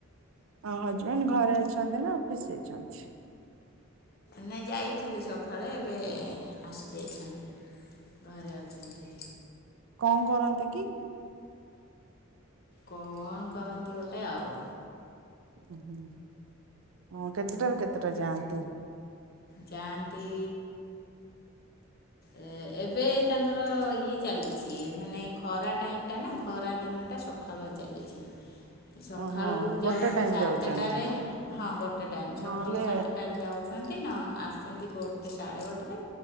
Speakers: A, on the right; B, on the left.
A: ଆଉ ହଜବେଣ୍ଡ ଘରେ ଅଛନ୍ତି ନା ଅଫିସ ଯାଇଛନ୍ତି?
B: ନାଇଁ ଯାଇଥିଲେ ସକାଳେ ଏବେ ଆସି ଯାଇଛନ୍ତି। ଘରେ ଅଛନ୍ତି।
A: କଣ କରନ୍ତି କି?
B: କଣ କରନ୍ତି ଗୋଟେ ଆଉ।
A: ଓ ହୁଁ ହୁଁ କେତେଟାରୁ କେତେଟା ଯାଆନ୍ତି?
B: ଯାଆନ୍ତି ଏ ଏବେ ତାଙ୍କର ଇଏ ଚାଲିଛି ମାନେ ଖରା ଟାଇମ୍ ଟା ନା ଖରା ଦିନଟା ସକା ଖାବା ଚାଲିଚି। ସକାଳୁ
A: ଓହୋ
B: ଯାଉନ୍ତି
A: ଗୋଟେ ଟାଇମ
B: ସାତଟାରେ
A: ଯାଉଛନ୍ତି
B: ହଁ ଗୋଟେ ଟାଇମ୍ ସକାଳୁ
A: ନହେଲେ
B: ସାତଟାରେ ଯାଉ ଦିନ ଆସୁଛନ୍ତି ଗୋଟେ ସାଢ଼େ ଗୋଟେ ରେ।